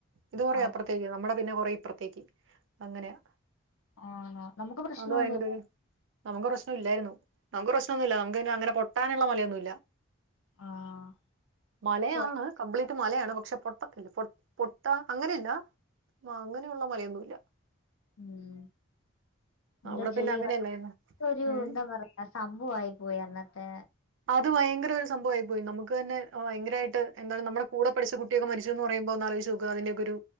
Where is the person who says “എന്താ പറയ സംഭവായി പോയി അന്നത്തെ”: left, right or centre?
Left